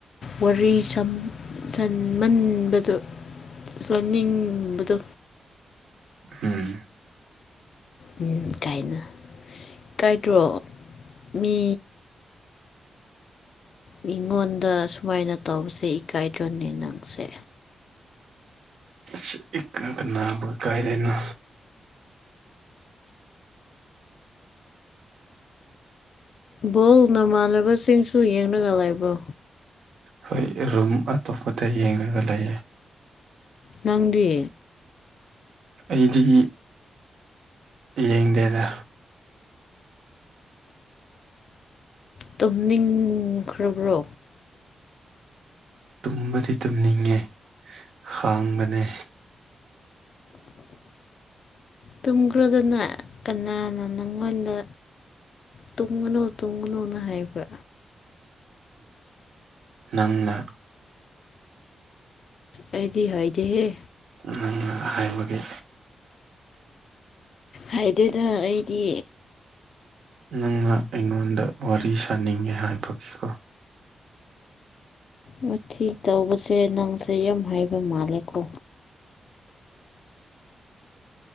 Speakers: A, on the left; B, on the right.
A: ꯋꯥꯔꯤ ꯁꯝ ꯁꯃꯟꯕꯗꯣ ꯁꯥꯅꯤꯡꯕꯗꯣ
B: ꯎꯝ
A: ꯎꯝ ꯀꯥꯏꯅ ꯀꯥꯏꯗ꯭ꯔꯣ ꯃꯤ ꯃꯤꯉꯣꯟꯗ ꯁꯨꯃꯥꯏꯅ ꯇꯧꯕꯁꯦ ꯏꯀꯥꯏꯗ꯭ꯔꯣꯅꯦ ꯅꯪꯁꯦ
B: ꯑꯁ ꯏꯀꯥ ꯀꯅꯥꯕꯨ ꯏꯀꯥꯏꯗꯣꯏꯅꯣ
A: ꯕꯣꯜ ꯅꯃꯥꯟꯅꯕꯁꯤꯡꯁꯨ ꯌꯦꯡꯂꯒ ꯂꯩꯕ꯭ꯔꯣ
B: ꯍꯣꯏ ꯔꯨꯝ ꯑꯇꯣꯞꯄꯗ ꯌꯦꯡꯔꯒ ꯂꯩꯌꯦ
A: ꯅꯪꯗꯤ
B: ꯑꯩꯗꯤ ꯌꯦꯡꯗꯦꯗ
A: ꯇꯨꯝꯅꯤꯡꯈ꯭ꯔꯕ꯭ꯣ
B: ꯇꯨꯝꯕꯗꯤ ꯇꯨꯝꯅꯤꯡꯉꯦ ꯈꯥꯡꯕꯅꯦ
A: ꯇꯨꯝꯈ꯭ꯔꯣꯗꯅ ꯀꯅꯥꯅ ꯅꯪꯉꯣꯟꯗ ꯇꯨꯡꯒꯅꯨ ꯇꯨꯡꯒꯅꯨꯅ ꯍꯥꯏꯕ
B: ꯅꯪꯅ
A: ꯑꯩꯗꯤ ꯍꯥꯏꯗꯦꯍꯦ
B: ꯅꯪꯅ ꯍꯥꯏꯕꯒꯤ
A: ꯍꯥꯏꯗꯦꯗ ꯑꯩꯗꯤ
B: ꯅꯪꯅ ꯑꯩꯉꯣꯟꯗ ꯋꯥꯔꯤ ꯁꯥꯅꯤꯡꯉꯦ ꯍꯥꯏꯕꯒꯤꯀꯣ
A: ꯋꯥꯊꯤ ꯇꯧꯕꯁꯦ ꯅꯪꯁꯦ ꯌꯥꯝ ꯍꯩꯕ ꯃꯥꯜꯂꯦꯀꯣ